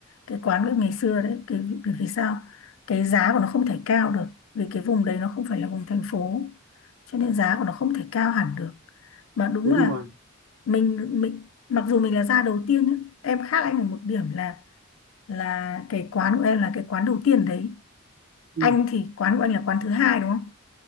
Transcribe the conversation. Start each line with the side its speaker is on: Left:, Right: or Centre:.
Left: cái quán bếp ngày xưa đấy cái bởi vì sao cái giá của nó không thể cao được vì cái vùng đấy nó không phải là vùng thành phố cho nên giá của nó không thể cao hẳn được mà đúng
Right: đúng
Left: là
Right: rồi
Left: mình mình mặc dù mình là gia đầu tiên nhá, em khác anh ở một điểm là là cái quán của em là cái quán đầu tiên đấy
Right: ừ,
Left: anh thì quán của anh là quán thứ hai đúng không